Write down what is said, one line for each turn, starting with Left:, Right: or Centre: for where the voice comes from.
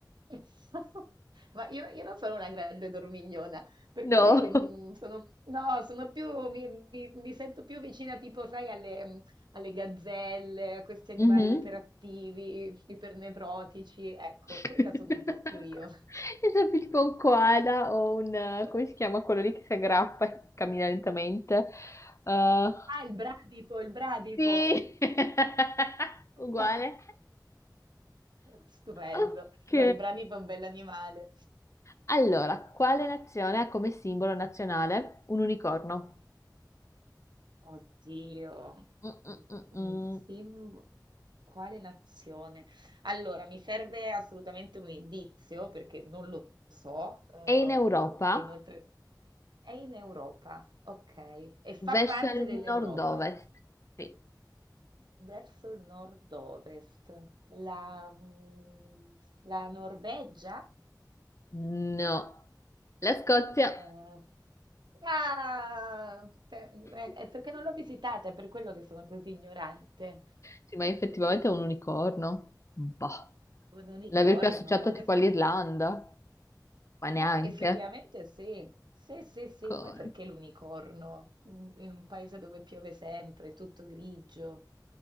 Right: <laughs> Ma io, io non sono una grande dormigliona, per
Left: No.
Right: cui mm, sono, no, sono più, mi, mi- mi sento più vicina tipo, sai, alle, mm, alle gazzelle, a questi animali
Left: Mhm.
Right: iperattivi, ipernevrotici, ecco,
Left: È
Right: quella sono un po' più io.
Left: sempre tipo un koala o un... eh,
Right: <laughs>
Left: come si chiama quello lì che si aggrappa e cammina lentamente? Eh,
Right: Ah, il bradipo, il bradipo.
Left: sì! <laughs> Uguale.
Right: <laughs> Stupendo.
Left: Ok.
Right: Beh, il bradipo è un bell'animale.
Left: Allora, quale nazione ha come simbolo nazionale un unicorno?
Right: Oddio,
Left: Mm-mm-mm-mm.
Right: un un simbolo. Quale nazione? Allora, mi serve assolutamente un indizio perché non lo so. ehm,
Left: È in Europa,
Right: e inoltre è in Europa, ok, e fa
Left: verso
Right: parte
Left: il
Right: dell'Europa,
Left: nord-ovest. Sì.
Right: verso il nord-ovest. La, mm, la Norvegia?
Left: No. La Scozia.
Right: Eh, ah, per- è
Left: <laughs>
Right: è perché non l'ho visitata, è per quello che sono così ignorante.
Left: Sì, ma effettivamente è un unicorno. Boh.
Right: Un unicorno,
Left: L'aver più associato
Right: ma adesso...
Left: tipo all'Irlanda, ma neanche.
Right: Eh, effettivamente sì, sì, sì, sì,
Left: Co-
Right: poi perché l'unicorno? Mm, In un paese dove piove sempre, tutto grigio.